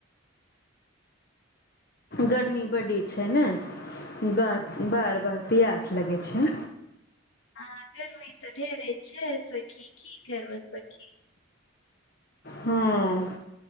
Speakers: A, on the left (about 45°); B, on the left (about 70°).
A: गर्मी बडी छै ने बर
B: हँ
A: बार बार पियास लगै छै
B: ह गर्व तऽ ढेर छै सखी खी करर्ब सखी
A: हँ